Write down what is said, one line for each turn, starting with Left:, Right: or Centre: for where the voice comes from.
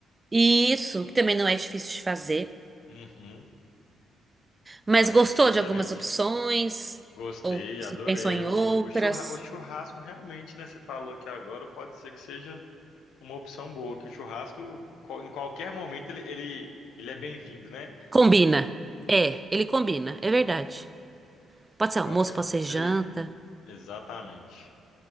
Right: E Isso, que também não é difícil de fazer.
Left: Uhum, Não,
Right: Mas
Left: aí
Right: gostou
Left: fica excelente.
Right: de algumas opções?
Left: Gostei,
Right: Ou se
Left: adorei.
Right: pensou em
Left: O,
Right: outras?
Left: o churra- o churrasco realmente, né? Você falou que agora pode ser que seja uma opção boa, que o churrasco, co- em qualquer momento, ele, ele, ele é bem-vindo, né?
Right: Combina. É, ele combina, é verdade. Pode
Left: Em
Right: ser
Left: qualquer
Right: almoço, pode
Left: momento
Right: ser janta.
Left: ele. Exatamente.